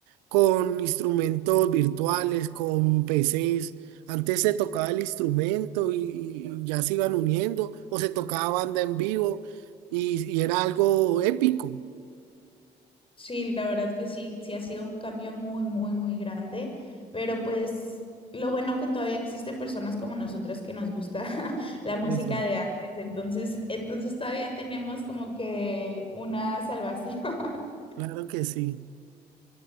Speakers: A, on the right (about 75°); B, on the left (about 25°).
A: con instrumentos virtuales, con PCs. Antes se tocaba el instrumento y, y ya se iban uniendo, o se tocaba banda en vivo y, y era algo épico.
B: Sí, la verdad que sí, sí ha sido un cambio muy, muy, muy grande, pero pues lo bueno que todavía existen personas como nosotras que nos gusta <laughs> la
A: Eso,
B: música de antes, entonces, entonces todavía tenemos como que una salvación. <laughs>
A: claro que sí.